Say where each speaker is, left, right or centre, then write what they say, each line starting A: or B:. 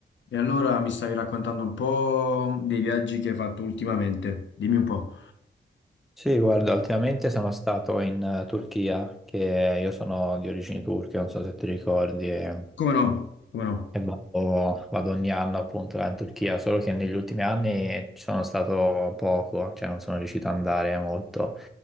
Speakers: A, on the left; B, in the centre.
A: E allora mi stavi raccontando un po' dei viaggi che hai fatto ultimamente. Dimmi un po'.
B: Sì, guarda, ultimamente sono stato in eh, Turchia, che io sono di origini turche, non so se ti ricordi, e,
A: Come no? Come no?
B: e vado, vado ogni anno appunto là in Turchia, solo che negli ultimi anni ci sono stato poco, cioè non sono riuscito ad andare molto